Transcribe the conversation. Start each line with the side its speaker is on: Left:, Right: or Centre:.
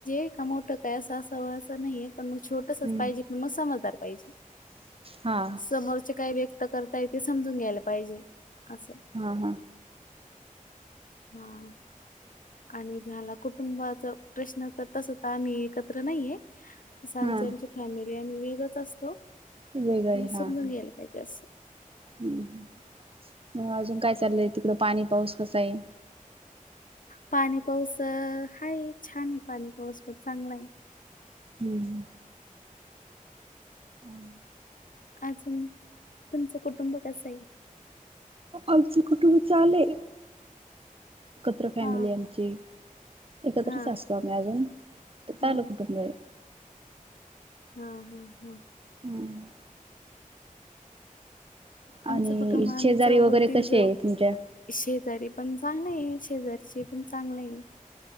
Left: ते का मोठं काय असं असावं असं नाहीये. पण मग छोटसंच
Right: हम्म
Left: पाहिजे पण मग समजदार पाहिजे,
Right: हा
Left: समोरच्या काही व्यक् त करताय ते समजून घ्यायला पाहिजे. असं
Right: हा हा.
Left: हा, आणि झाला कुटुंबाचं प्रश्न तर तसं तर आम्ही एकत्र नाहीये, तसं आमची
Right: हा
Left: आमची फॅमिली आम्ही वेगळच असतो.
Right: वेगळंय,
Left: मग
Right: हा
Left: समजून
Right: हा,
Left: घ्यायला पाहिजे असं
Right: हम्म हम्म. मग अजून काय चाललंय तिकडं पाणी पाऊस कसंय?
Left: पाणी पाऊस अ, हाय छान आहे पाणी पाऊस पण चांगलाय.
Right: हम्म, हम्म. हम्म.
Left: अजून तुमचं कुटुंब कसंय?
Right: आमचं कुटुंब चांगलंय, एकत्र फॅमिलीय
Left: हा
Right: आमची. एकत्रच
Left: हा
Right: असतो आम्ही अजून, तर चालू
Left: हा
Right: कुटुंब आहे.
Left: हा हा हा.
Right: हम्म.
Left: आमचं
Right: आणि
Left: कुटुंब आम्ही
Right: शेजारी
Left: चौग
Right: वगैरे
Left: तिघं
Right: कसे
Left: ज
Right: आहे तुमच्या?
Left: शेजारी पण चांगलंय, शेजारचे पण चांगलंय.